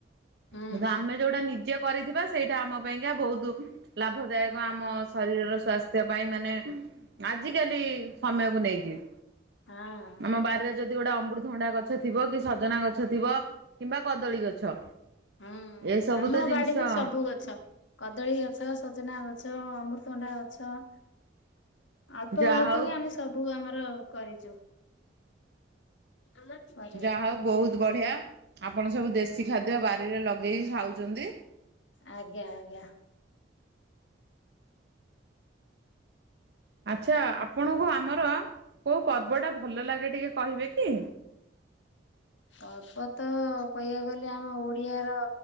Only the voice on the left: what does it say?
ହୁଁ
ହଁ,।
ହୁଁ
ଆମ
ବାଡିରେ ସବୁ ଗଛ। କଦଳୀ ଗଛ, ସଜନା ଗଛ, ଅମୃତଭଣ୍ଡା ଗଛ। ଅଳ୍ପ
ବହୁତ
କି ଆମେ ସବୁ ଆମର କରିଛୁ। ଆମର
ଆଜ୍ଞା, ଆଜ୍ଞା।
ପର୍ବ ତ କହିବାକୁ ଗଲେ ଆମ ଓଡ଼ିଆ ର